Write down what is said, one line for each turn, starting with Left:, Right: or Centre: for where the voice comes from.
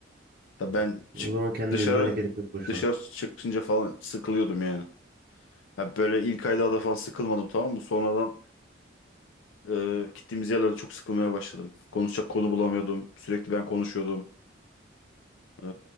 Left: Ya
Right: Hmm.
Left: ben çık
Right: O zaman kendini
Left: dışarı
Right: üzmene gerek yok boşuna.
Left: dışarı çıkınca falan sıkılıyordum yani. Ya böyle ilk aylarda falan sıkılmadım tamam mı? Sonradan e, gittiğimiz yerlerde çok sıkılmaya başladım. Konuşacak konu bulamıyordum. Sürekli ben konuşuyordum. E,